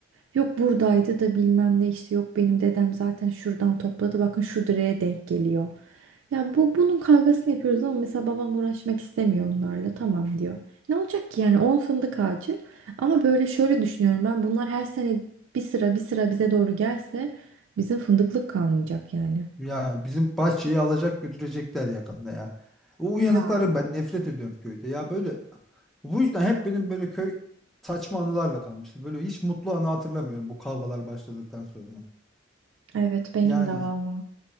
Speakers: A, on the right; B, in the centre.
A: Yok buradaydı da bilmem ne işte yok benim dedem zaten şuradan topladı bakın şu direğe denk geliyor. Ya bu bunun kavgasını yapıyoruz ama mesela babam uğraşmak istemiyor onlarla tamam diyor. Ne olacak ki yani 10 fındık ağacı ama böyle şöyle düşünüyorum ben bunlar her sene bir sıra bir sıra bize doğru gelse bizim fındıklık kalmayacak yani.
B: Ya bizim bahçeyi alacak götürecekler yakında ya. O uyanıkları
A: Ya
B: ben nefret ediyorum köyde. Ya böyle bu yüzden hep benim böyle köy saçma anılarla kalmıştır. Böyle hiç mutlu anı hatırlamıyorum bu kavgalar başladıktan sonra.
A: Evet benim
B: Yani
A: de valla.